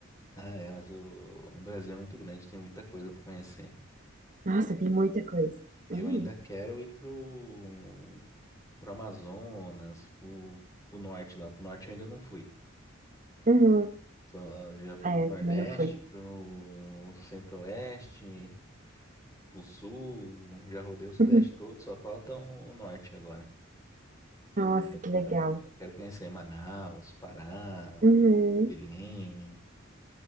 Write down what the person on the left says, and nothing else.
Ah, é, mas o, o Brasil é muito grande, tem muita coisa pra conhecer.
Eu ainda quero ir pro, pro Amazonas, pro, pro norte lá. Pro norte eu ainda não fui.
Só já fui
pro Nordeste,
pro Centro-Oeste, pro Sul, já rodei o Sudeste
todo, só falta o o Norte agora.
É, Eu,
eu quero conhecer Manaus, Pará,
Belém.